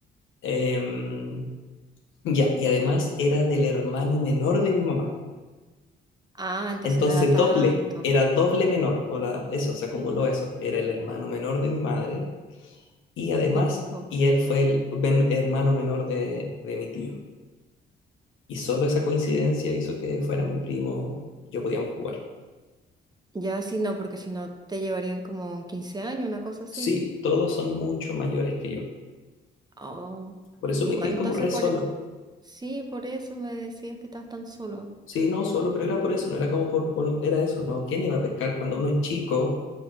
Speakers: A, on the left; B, on the right.
A: em, ya, y además era del hermano menor de mi mamá.
B: Ah, entonces
A: Entonces
B: no era tanto
A: doble, era doble menor. Ahora eso, se acumuló eso. Era el hermano menor de mi madre y además,
B: el hijo.
A: y él fue el men- hermano menor de, de mi tío. Y solo esa coincidencia hizo que fuera mi primo, yo podíamos jugar.
B: Ya sí, no, porque si no te llevarían como 15 años, una cosa así.
A: Sí, todos son mucho mayores que yo.
B: Oh,
A: Por eso
B: igual
A: me crié como
B: entonces
A: re
B: por...
A: solo.
B: Sí, por eso me decías que estabas tan solo.
A: Sí, no, solo, pero era por eso, no era como por, por- era eso, ¿no? ¿Quién iba a pescar cuando uno es chico?